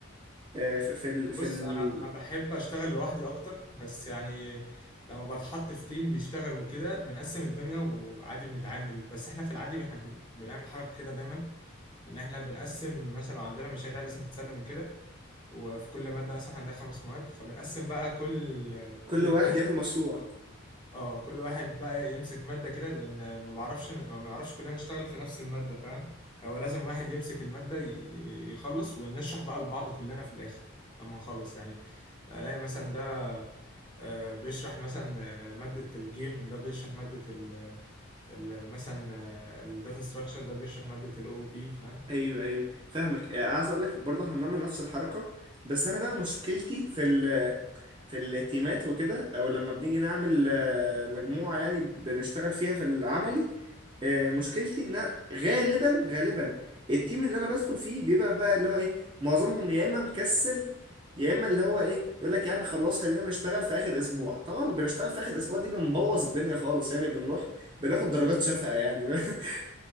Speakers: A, on the right; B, on the left.
A: آه، في في ال في
B: بص
A: ال
B: انا انا بحب اشتغل لوحدي اكتر بس يعني لما بتحط في تيم بيشتغل وكده بنقسم الدنيا وعادي بنتعامل بس احنا في العادي احنا بن- بنعمل حركة كده دايما ان احنا بنقسم مثلا لو عندنا مشاريع لازم تتسلم وكده وفي كل مادة مثلا عندها خمس مواد فبنقسم بقى كل
A: كل
B: كل
A: واحد
B: بروجكت
A: ياخد مشروع
B: اه كل واحد بقى يمسك مادة كده لأن ما بعرفش ما بعرفش كلنا نشتغل في نفس المادة فاهم هو لازم واحد يمسك المادة ي- يخلص ونشرح بقى لبعض كلنا في الآخر لما نخلص يعني ألاقي مثلا ده آه، بيشرح مثلا آه، مادة الجيم ده بيشرح مادة ال ال- مثلا الداتا ستراكشر ده بيشرح مادة ال او بي فاهم
A: ايوه ايوه فاهمك آه، عايز اقول لك برضه احنا بنعمل نفس الحركه بس انا بقى مشكلتي في ال في التيمات وكده او لما بنيجي نعمل آه، مجموعه يعني بنشتغل فيها في العملي آه، مشكلتي ان أنا غالبا غالبا التيم اللي انا بدخل فيه بيبقى بقى اللي هو ايه معظمهم يا اما مكسل يا اما اللي هو ايه يقول لك يا عم خلاص خلينا نشتغل في اخر اسبوع طبعا بنشتغل في اخر اسبوع دي بنبوظ الدنيا خالص يعني بنروح بناخد درجات شفقة يعني <laughs>